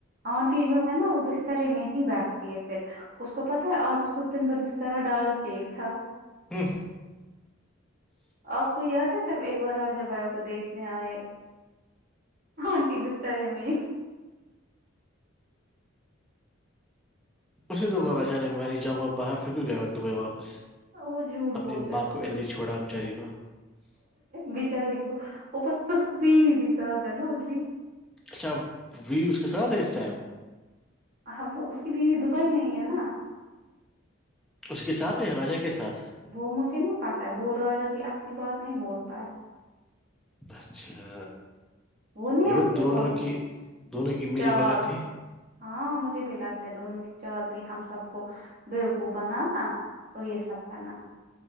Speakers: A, on the right (about 45°); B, in the centre.
A: اور بھی جو ہے نا وہ بسترے میں ہی بیٹھتی پھر اس کو پتا ہے آج اس کو دن بھر بسترا ڈال کے تھا
B: ا ہ
A: آپ کو یاد ہے جب ایک بار آ جب کو دیکھنے آئے آٹی ترے میں
B: اسے تو باراشا نہیں میں نہیں جاں گا باہر پھر کیوں کیا گ دبئی واپس
A: وہ جھوٹ
B: اپنی
A: بولتا
B: ماں
A: ہے اس
B: کو
A: تو
B: ادھر ہی چھوڑا بچاری کو
A: بچاری کو پر کب بھی سد ہے نا ادری
B: اچا ویوس کے سات تھا ہے اس ائم
A: ہاں وہ اس کی بیوی دبئی میں ہی ہے نا
B: اس کے ساتھ ہیں یا راجا کے ساتھ
A: وہ مجھے نہیں پتا وہ راجا بھی اصلی بات نہیں بولتا ہے
B: اچھا
A: وہ نہیں
B: یہ
A: اصلی
B: دونوں
A: بات
B: کی
A: ہوتی
B: دونوں کی ملی
A: چال
B: بگا تھی
A: ہاں مجھے بھی لگتا ہے دونوں کی چل تھی ہم سب کو بوقو بناانا اور یہ سب کرنا